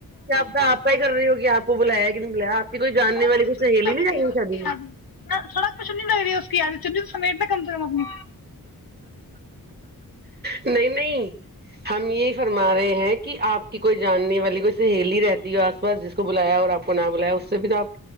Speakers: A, on the right; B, on the left.
A: کیا پتہ اپ کا ہی کر رہی ہوگی اپ کو بلایا ہے <inaudible>
B: سڑک
A: والی
B: پہ
A: کوئی
B: چننی
A: سہیلی
B: لگ
A: نہیں جا
B: رہی ہے اس
A: شادی
B: کی یادی
A: میں
B: سڑک پہ چننی لگ رہی ہے اس کی یادی <inaudible> ج سمیٹ کم سے کم اپنی <inaudible>
A: نہیں نہیں ہم یہی فرما رہے ہیں کہ آپ کی کوئی جاننے والی کوئی سہیلی رہتی ہو آس پاس جس کو بلایا اور آپ کو نہ بلایا اس سے بھی تو آپ